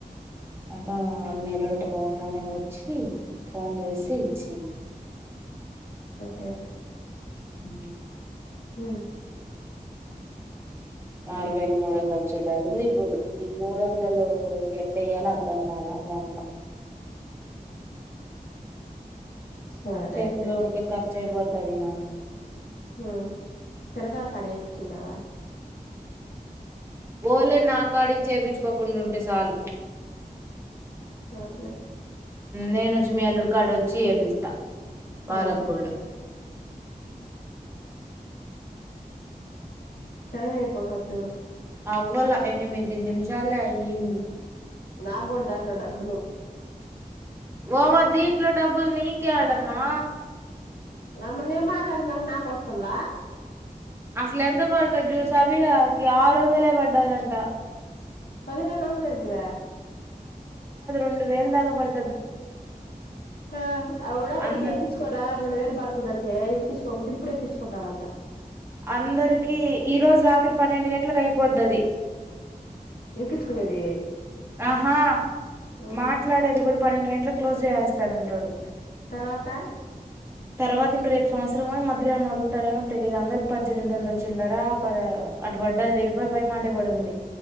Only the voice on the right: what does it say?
అట్టా మేలోడట్ట పో తెంగానే వచ్చి ఫోన్ చేసి ఇచ్చింది.
హ <unintelligible>
ఆరు వేల మూడు వందలు చిల్లర ఇప్పుడు ఈ మూడు వందలు ఎట్ల వెయాలో అర్ధం కాలా ఫోన్ లో.
చేతిలో
ఉంటే ఖర్చు అయిపోత తవిగానం
ఓల నాకాడి చేపించుకోకుండాంటే చాలు
నేను వచ్చి మీ అల్లుడి కాడ వచ్చి చేపిస్తా. పాలగగోడ
అవ్వల ఎనిమిది నిమిషాలే అయ్యంది.
ఓమా దీంట్లో డబ్బులు నీకే ఆడమా
అసలు ఎంత పడుతుంది జ్యూస్ అవికి ఆరు వందలే పడ్డాదంట.
రె వల్దగ పడు
అంద
అందరికీ ఈరోజు రాత్రి పన్నెండు గంటలకు అయిపోద్దది.
ఆహా
మాట్లాడేది కూడా పన్నెండు గంటలకు క్లోజ్ చేేస్తాడుంటాడు
తర్వాత ఇంక రేపు సంవత్సరం మధ్యలో ఏమో వదులుతాడేమో తెలియదు. అందరికి పద్దెనిమిది వందలు చిల్లరా అటు పడ్డ అది వెయ్యి రూపాయలు పై మాటే పడి ఉంది.